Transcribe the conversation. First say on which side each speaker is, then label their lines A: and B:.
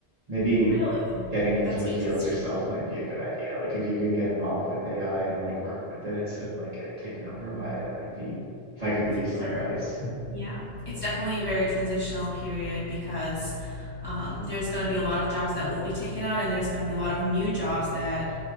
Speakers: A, on the right; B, on the left.
A: maybe
B: Really?
A: getting into
B: That's
A: the field
B: interesting.
A: yourself might be a good idea. Like if you can get involved with AI and like work with it instead of like getting taken over by
B: Mhm.
A: it, it might be if I could give
B: For
A: you some
B: sure.
A: advice. <laughs>
B: Yeah. It's definitely a very transitional period because um, there's going to be a lot of jobs that will be taken out, and there's going to be a lot of new jobs that